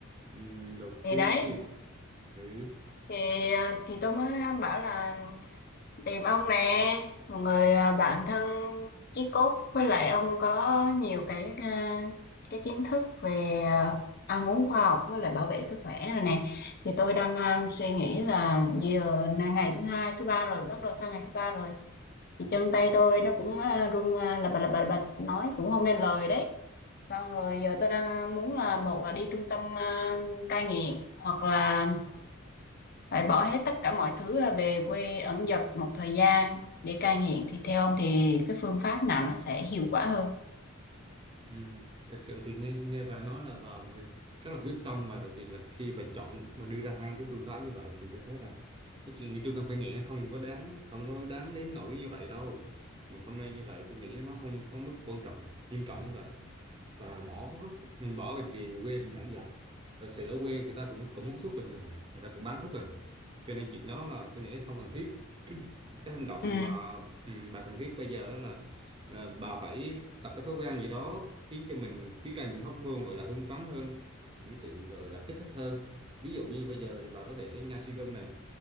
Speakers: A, on the right; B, on the left.
A: Ừm, đầu
B: thì
A: tiên
B: đấy
A: thì ừ
B: thì thì tôi mới bảo là tìm ông nè một người à, bạn thân chí cốt với lại ông có nhiều cái à, cái kiến thức về à, ăn uống khoa học với lại bảo vệ sức khỏe rồi nè thì tôi đang à, suy nghĩ là giờ là ngày thứ hai thứ ba rồi bắt đầu sang ngày thứ ba rồi thì chân tay tôi nó cũng à, run à, lập bập lập bập lập bập, nói cũng không nên lời đấy xong rồi giờ tôi đang muốn là một là đi trung tâm à, cai nghiện hoặc là phải bỏ hết tất cả mọi thứ là về quê ẩn dật một thời gian để cai nghiện thì theo ông thì cái phương pháp nào nó sẽ hiệu quả hơn
A: ừm, thực sự thì nghe nghe bà nói là bà mà rất là quyết tâm và đặc biệt là khi bà chọn mà đưa ra hai cái phương pháp như vậy thì tôi thấy là cái chuyện đi trung tâm cai nghiện nó không có đáng không có đáng đến nỗi như vậy đâu mình không nên như vậy tôi nghĩ nó không có mức quan trọng nghiêm trọng như vậy và bỏ ừ, bỏ việc gì về quê mình dẫn dò thật sự ở quê người ta cũng cũng hút thuốc bình thường à người ta cũng bán thuốc à cho nên chuyện đó là tôi nghĩ là không cần thiết cái hành động
B: ừ
A: mà ừ, bà cần thiết bây giờ đó là là bà phải tập cái thói quen gì đó khiến cho mình tiết ra những hormone gọi là hưng phấn hơn những sự gọi là kích thích hơn ví dụ như bây giờ thì bà có thể nhai si gum này